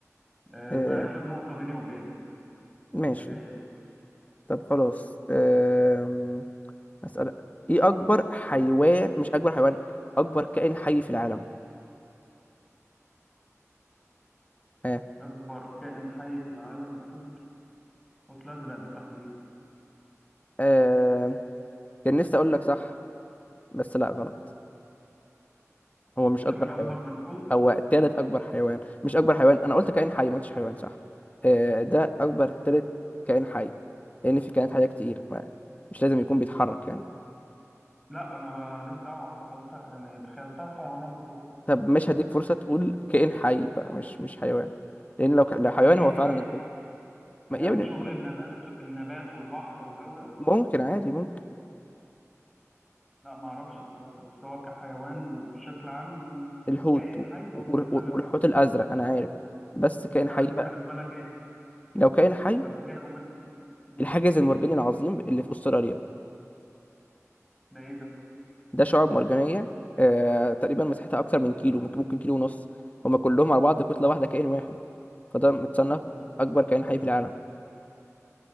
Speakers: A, in the centre; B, on the left.
A: آه،
B: آه
A: ده اخر نقطه بيني وبينك
B: ماشي
A: اللي جايه دي
B: طب خلاص آه أسأل إيه أكبر حيوان مش أكبر حيوان أكبر كائن حي في العالم ها
A: اكبر كائن حي في العالم الحوت الحوت الازرق بالتحديد
B: آه. كان نفسي أقول لك صح بس لا غلط هو مش
A: مش
B: أكبر
A: حاجه
B: حيوان
A: اكبر من الحوت
B: هو تالت أكبر حيوان مش أكبر حيوان أنا قلت كائن حي ما قلتش حيوان صح آه. ده أكبر تالت كائن حي لأن في كائنات حية كتير ما مش لازم يكون بيتحرك يعني
A: لا انا ماليش دعوه انا قلت يعني دخلتها حيوانات وكده
B: طب مش هديك فرصة تقول كائن حي بقى مش مش حيوان لأن لو ك... لو حيوان
A: ايه كائن
B: هو فعلا
A: حي
B: الحوت ما...
A: يعني
B: يا ابني
A: شغل
B: ما-
A: النبات النبات والبحر والجو ده
B: ممكن عادي ممكن
A: لا ما اعرفش بصراحه بس هو كحيوان وبشكل عام
B: الحوت
A: كائن
B: و-
A: حي
B: و-
A: هو بالنسبه لي
B: والحوت
A: الحوت
B: الازرق انا عارف بس كائن
A: طب
B: حي
A: انت
B: بقى
A: بالنسبه لك ايه
B: لو كائن حي
A: طب جاوب انت مم.
B: الحاجز المرجاني العظيم اللي في استراليا
A: ده ايه ده
B: ده شعاب مرجانيه آه تقريبا مساحتها اكتر من كيلو ممكن ممكن كيلو ونص هما كلهم على بعض كتله واحده كائن واحد فده متصنف
A: مم.
B: اكبر كائن حي في العالم